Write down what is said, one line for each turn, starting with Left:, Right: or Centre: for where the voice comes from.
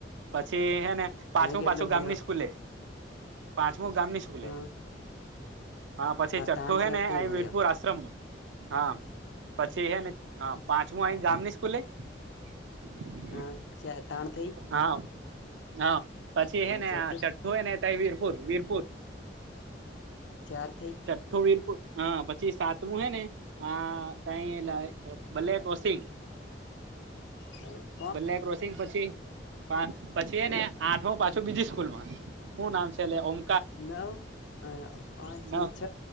Right: પછી હે ને પાછમું
Left: હા કેટલો
Right: પાછું ગામની
Left: ભણ્યો
Right: સ્કૂલે પાંચમું ગામની સ્કૂલે.
Left: હા
Right: હા પછી ચઠ્ઠું
Left: ત્રણ
Right: હે
Left: ચાર
Right: ને
Left: ત
Right: અ
Left: ભણ્યો
Right: વીરપુર આશ્રમમાં હા પછી હે ને હા પાંચમું અ ગામની સ્કૂલે. <inaudible>
Left: હ છ તાણ થઈ
Right: હા હા પછી
Left: અને
Right: હે ને
Left: છત
Right: આ ચ ઠો એ ને વીરપુર વીરપુર
Left: ચાર થઈ
Right: છઠઠું વીરપુર હ પછી સાતમું હે ને આ કઈ લ ભલે કોસિંગ
Left: હ <unintelligible>
Right: બલ્યા ક્રોષ પ પછી એને આઠમ પાછું બીજી સ્કૂલમાં શું નામ છે એલે ઓમ
Left: નવ અ પાંચ
Right: ન
Left: ને છ